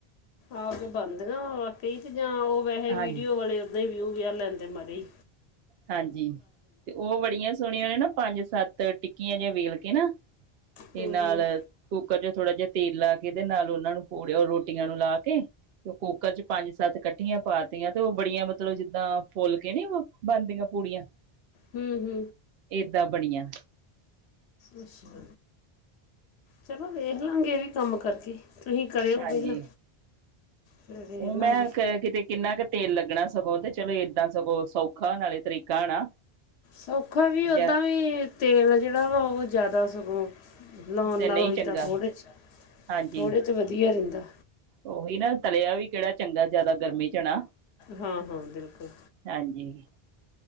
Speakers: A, on the left; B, on the right.
A: ਆ ਕੇ ਬਣਦੀਆਂ ਵਾਕਈ ਤੇ ਜਾਂ ਓ ਵੈਸੇ
B: ਹਾਂਜੀ
A: ਵੀਡੀਓ ਵਾਲੇ ਓਦਾਂ ਹੀ ਵਿਊ ਵਿਆ ਲੈਂਦੇ ਮਾਰੇ ਈ
B: ਹਾਂਜੀ ਤੇ ਓ ਬੜੀਆਂ ਸੋਹਣੀਆਂ ਨੇ ਨਾ। ਪੰਜ ਸੱਤ ਟਿੱਕੀਆਂ ਜਿਹੀਆਂ ਵੇਲ ਕੇ ਨਾ ਤੇ
A: ਹੂੰ
B: ਨਾਲ
A: ਹੂੰ
B: ਕੁੱਕਰ 'ਚ ਥੋੜ੍ਹਾ ਜਿਹਾ ਤੇਲ ਲਾ ਕੇ ਤੇ ਨਾਲ ਉਨਾਂ ਨੂੰ ਪੂੜ ਰੋਟੀਆਂ ਨੂੰ ਲਾ ਕੇ ਤੇ ਓ ਕੁੱਕਰ 'ਚ ਪੰਜ ਸੱਤ ਕੱਠੀਆਂ ਪਾਤੀਆਂ ਤੇ ਓ ਬੜੀਆਂ ਮਤਲਬ ਜਿੱਦਾਂ ਫੁੱਲ ਕੇ ਨੀ ਓ ਬਣਦੀਆਂ ਪੂੜੀਆਂ
A: ਹੂੰ-ਹੂੰ
B: ਏਦਾਂ ਬਣੀਆਂ
A: ਅੱਛਾ ਚਲੋ ਵੇਖ ਲਾਂਗੇ ਏ ਵੀ ਕੰਮ ਕਰਕੇ ਤੁਸੀਂ ਕਰਿਓ
B: ਹਾਂਜੀ
A: ਪਹਿਲਾਂ ਫਿਰ ਵੇਖ
B: ਓ
A: ਲਾਂਗੇ
B: ਮੈਂ ਕੈ ਕਿਤੇ ਕਿੰਨਾ ਕੁ ਤੇਲ ਲੱਗਣਾ ਸਗੋਂ ਤੇ ਚਲੋ ਏਦਾਂ ਸਗੋਂ ਸੌਖਾ ਨਾਲੇ ਤਰੀਕਾ ਹਨਾ।
A: ਸੌਖਾ ਵੀ ਓਦਾਂ
B: ਜਾਂ
A: ਵੀ ਤੇਲ ਜੇੜਾ ਵਾ ਓ ਜਾਦਾ ਸਗੋਂ ਲਾਉਣ
B: ਤੇ
A: ਨਾਲੋਂ
B: ਨਹੀਂ
A: ਇੱਦਾਂ
B: ਚੰਗਾ
A: ਥੋੜ੍ਹੇ 'ਚ
B: ਹਾਂਜੀ
A: ਥੋੜ੍ਹੇ 'ਚ ਵਧੀਆ ਰੈਂਦਾ।
B: ਉਹੀ ਨਾ ਤਲਿਆ ਵੀ ਕੇੜਾ ਚੰਗਾ ਜਾਦਾ ਗਰਮੀ 'ਚ ਹਨਾ।
A: ਹਾਂ ਹਾਂ ਬਿਲਕੁਲ
B: ਹਾਂਜੀ